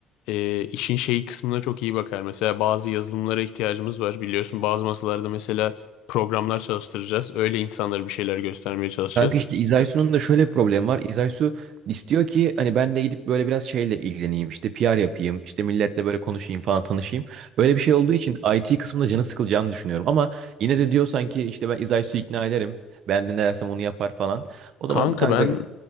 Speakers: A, on the left (about 70°); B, on the right (about 60°).
A: e, işin şeyi kısmına çok iyi bakar. Mesela bazı yazılımlara ihtiyacımız var. Biliyorsun bazı masalarda mesela programlar çalıştıracağız. Öyle insanlara bir şeyler göstermeye çalışacağız.
B: Kanka işte İzaysu'nun da şöyle bir problemi var. İzaysu istiyor ki hani ben de gidip böyle biraz şeyle ilgileneyim. işte PR yapayım. işte milletle böyle konuşayım falan tanışayım. Böyle bir şey olduğu için IT kısmında canı sıkılacağını düşünüyorum. Ama yine de diyor sanki işte ben İzaysu'yu ikna ederim. Ben de ne dersem onu yapar falan. O
A: Kanka
B: zaman kanka
A: ben